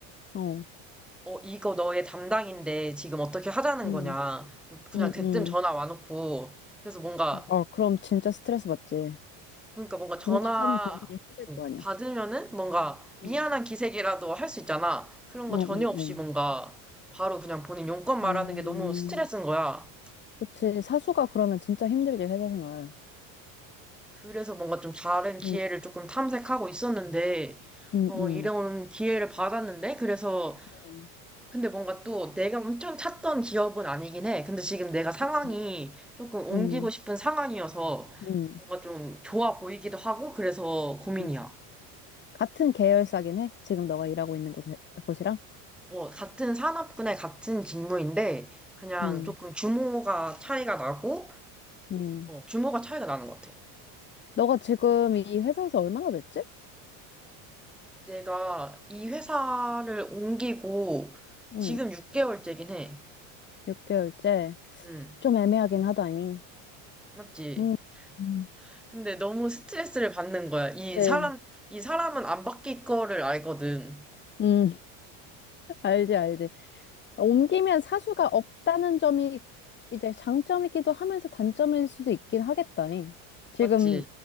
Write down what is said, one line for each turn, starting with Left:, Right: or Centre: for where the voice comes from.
Left: 어,
Centre: 어, 이거 너의 담당인데 지금 어떻게 하자는
Left: 음,
Centre: 거냐. 그냥
Left: 음,
Centre: 대뜸
Left: 음.
Centre: 전화 와놓고 그래서 뭔가
Left: 어, 그럼 진짜 스트레스 받지.
Centre: 그러니까 뭔가 전화
Left: 공과 사는 구분을 해야 될
Centre: 어,
Left: 거 아니야.
Centre: 받으면은 뭔가 미안한
Left: 음,
Centre: 기색이라도 할 수 있잖아. 그런
Left: 어,
Centre: 거 전혀
Left: 어,
Centre: 없이
Left: 어.
Centre: 뭔가 바로 그냥 본인 용건 말하는
Left: 음,
Centre: 게 너무 스트레스인 거야.
Left: 그치. 사수가 그러면 진짜 힘들지, 회사 생활.
Centre: 그래서 뭔가 좀 다른 기회를
Left: 음,
Centre: 조금 탐색하고 있었는데,
Left: 음,
Centre: 어,
Left: 음,
Centre: 이런 기회를 받았는데, 그래서,
Left: 음,
Centre: 근데 뭔가 또 내가 엄청 찾던 기업은 아니긴 해. 근데 지금 내가 상황이
Left: 음,
Centre: 조금 옮기고
Left: 음,
Centre: 싶은 상황이어서
Left: 음.
Centre: 뭔가 좀 좋아 보이기도 하고, 그래서 고민이야.
Left: 음. 같은 계열사긴 해? 지금 너가 일하고 있는 곳에, 곳이랑?
Centre: 어, 같은 산업군의 같은 직무인데, 그냥
Left: 음,
Centre: 조금 규모가 차이가 나고,
Left: 음.
Centre: 어, 규모가 차이가 나는 것 같아.
Left: 너가 지금 이 회사에서 얼마나 됐지?
Centre: 내가 이 회사를 옮기고,
Left: 음,
Centre: 지금 6개월째긴 해.
Left: 6개월째.
Centre: 음,
Left: 좀 애매하긴 하다잉.
Centre: 맞지?
Left: 음, 음.
Centre: 근데 너무 스트레스를 받는 거야. 이
Left: 그치.
Centre: 사람, 이 사람은 안 바뀔 거를 알거든.
Left: 음. 알지, 알지. 옮기면 사수가 없다는 점이 이제 장점이기도 하면서 단점일 수도 있긴 하겠다. 잉. 지금
Centre: 맞지?